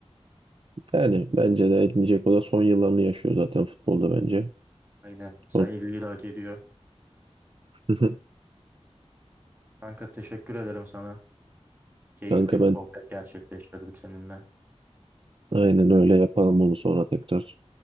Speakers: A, on the right (about 50°); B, on the right (about 15°).
A: Yani bence de edinecek o da son yıllarını yaşıyor zaten futbolda bence.
B: Aynen. Saygıyı
A: Son-
B: da hak ediyor.
A: <laughs>
B: Kanka teşekkür ederim sana. Keyifli
A: Kanka ben
B: bir sohbet gerçekleştirdik seninle.
A: aynen öyle yapalım bunu sonra tekrar.